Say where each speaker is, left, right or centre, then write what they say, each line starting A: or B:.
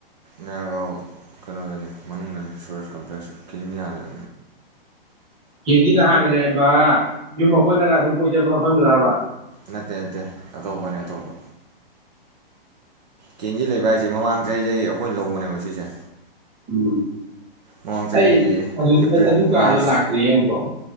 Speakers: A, on the right (about 45°); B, on the right (about 20°).
A: ꯅꯒꯥꯎ ꯀꯩꯅꯣꯗꯅꯤ ꯃꯅꯨꯡꯗꯅꯤ ꯁꯨꯔꯖ ꯀꯝꯄ꯭ꯂꯦꯛꯁꯀꯤ ꯃꯌꯥꯗ
B: ꯀꯦꯟꯗꯤꯅ ꯍꯥꯟꯅ ꯂꯩꯔꯝꯕꯥ ꯌꯨꯝ ꯑꯩꯈꯣꯏꯅꯒ ꯑꯗꯨꯝ ꯀꯣꯏ ꯆꯠꯄ ꯃꯐꯝꯗꯨꯔꯥꯕꯥ
A: ꯅꯠꯇꯦ ꯅꯠꯇꯦ ꯑꯇꯣꯞꯄꯅꯦ ꯑꯇꯣꯞꯄ ꯀꯦꯟꯗꯤ ꯂꯩꯕ ꯍꯥꯏꯁꯦ ꯃꯃꯥꯡ ꯆꯍꯤꯗꯩ ꯑꯩꯈꯣꯏ ꯂꯧꯕꯅꯦꯕ ꯁꯤꯁꯦ
B: ꯎꯝ
A: ꯃꯃꯥꯡ ꯆꯍꯤꯒꯤ
B: ꯑꯩ ꯑꯗꯨ
A: ꯑꯦꯄ꯭ꯔꯤꯜ
B: ꯑꯗꯨ ꯀꯥꯗꯨ
A: ꯃꯥꯔꯆ
B: ꯂꯥꯛꯇ꯭ꯔꯤꯌꯦ ꯑꯃꯨꯛꯐꯥꯎ